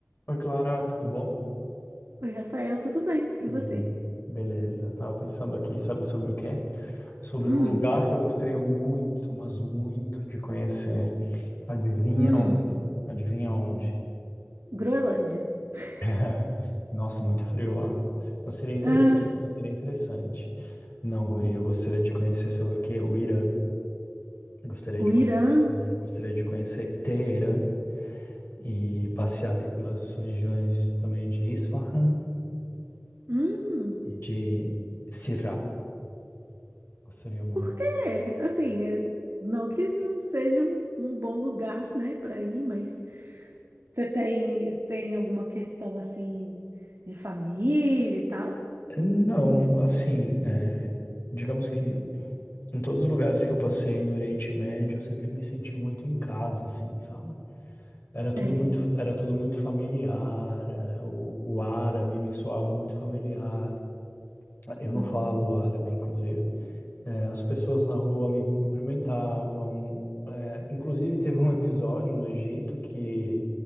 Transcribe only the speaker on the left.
Oi, Clara, tudo bom?
Tudo
bom? Beleza, tava pensando aqui, sabe sobre o quê? Sobre
um lugar que eu gostaria muito, mas muito de conhecer. Adivinha
onde? Adivinha onde?
<laughs> Nossa, muito frio lá. Mas seria interessante,
mas seria interessante. Não, guria, eu gostaria de conhecer, sabe o quê? O Irã. Gostaria
de conhecer,
Gostaria de conhecer Teherã e passear ali pelas regiões também de Isfahan
e de Sirá. Gostaria muito.
Não, assim, é, digamos que em todos os lugares que eu passei no Oriente Médio, eu sempre me senti muito em casa, assim, sabe? Era tudo
muito, era tudo muito familiar, é, o, o árabe me soava muito familiar. Eu não
falo árabe, inclusive. É, as pessoas na rua me cumprimentavam. É, inclusive, teve um episódio no Egito que